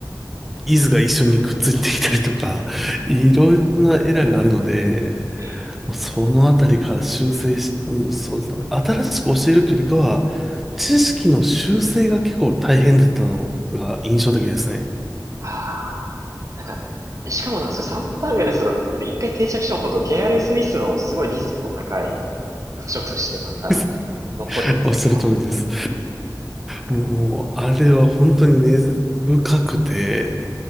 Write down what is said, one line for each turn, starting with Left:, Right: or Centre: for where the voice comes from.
Centre: イズが一緒にくっついてきたりとか、いろんなエラーがあるので、
Right: ええ、<laughs> ええ、
Centre: もうそのあたりから修正し、うん、そうですね。新しく教えるというよりかは、知識の修正が結構大変だったのが印象的ですね。
Right: ああ、なんか、しかもなんかそれ3段階のやつとかって一回定着しても今度ケーアレスミスのすごいリスクの高い箇所としてまた
Centre: <laughs>
Right: <laughs> 残りませんか
Centre: おっしゃる通りです。もう、あれは本当に根深くて、